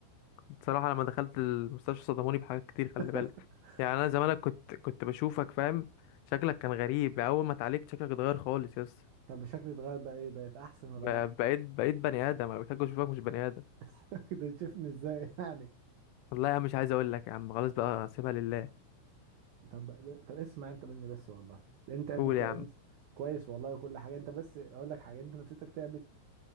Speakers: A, on the left (about 80°); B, on the right (about 80°).
A: بصراحة لما دخلت المستشفى صدموني بحاجات كتير خلي
B: <laughs>
A: بالك يعني أنا زمانك كنت كنت بشوفك فاهم شكلك كان غريب أول ما اتعالجت شكلك اتغير خالص يا اسطى
B: طب شكلي اتغير بقى ايه بقيت احسن ولا
A: ب-
B: اوحش
A: بقيت بقيت بني آدم أنا بحتاج أشوفك مش بني آدم
B: <laughs> كنت تشوفني ازاي يعني
A: والله يا عم مش عايز أقول لك يا عم خلاص بقى سيبها لله
B: طب طب اسمع انت مني بس والله انت يا ابني
A: قول
B: كويس
A: يا عم
B: كويس والله وكل حاجه انت بس اقول لك حاجه انت نفسيتك تعبت